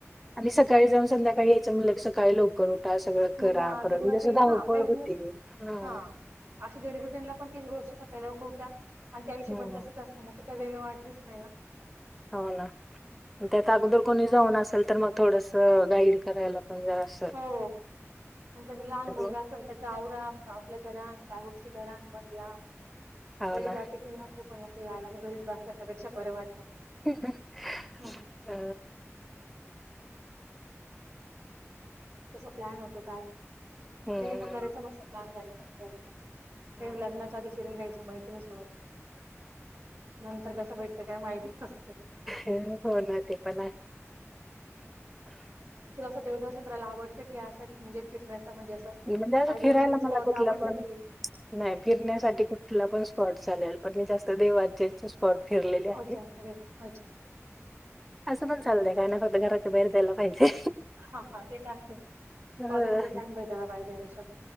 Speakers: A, in the centre; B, on the right.
A: सकाळी जाऊन संध्याकाळी यायचं म्हणलं कि सकाळी लोक लवकर उठा सगळं करा
B: उठा
A: परत
B: तेव्हा
A: म्हणजे
B: ते
A: जास धावपळ
B: हा मग एक दिवस
A: होते हं.
B: हा डेली रुटीन ला पण तीच गोष्ट सकाळी लवकर उठा आणि त्या हिशोबाने
A: हम्म
B: तसंच असतं मग. ते काय वेगळं वाटलंच नाही ना.
A: हो ना त्यात अगोदर कोणी जाऊन असेल तर मग थोडस गाईड करायला पण जरासं
B: हो अन जर लहान मुलगा
A: मग
B: असेल तर अवरा आपल्या करान त्या गोष्टी करा आणि मग जा पहिले
A: हो ना
B: जात की कुठ नको जायला म घरीच बसल्या त्यापेक्षा बरं वाटतं.
A: <unintelligible>
B: <unintelligible>
A: अ
B: तसं प्लॅन होतो का?
A: हम्म.
B: ते पण करायचं मस प्लॅन जायचा फिरायला.
A: हा.
B: लग्नाच्या आधी फिरून घ्यायचं मैत्रिणीसोबत नंतर कस भेटतय काय माहिती न <unintelligible>
A: हो ना ते पण आहे.
B: तुला अस देवदर्शन करायला आवडतं कि अस म्हणजे फिरण्याचं म्हणजे असं
A: <unintelligible>
B: ऍडव्हेंचर
A: फिरायला
B: स्पॉट
A: मला कुठलं
B: आवडतं
A: पण
B: की
A: नाही फिरण्यासाठी कुठला पण स्पॉट चालेल पण मी जास्त देवाचे स्पॉट फिरलेले आहे.
B: अच्छा अरे अच्छा
A: असं पण चालतय काय नाय फक्त घराच्या बाहेर जायला पाहिजे.
B: हा हा ते तर असतय
A: अ
B: कॉलेजचे टाइम भेटायला पाहिजे आयुष्यात.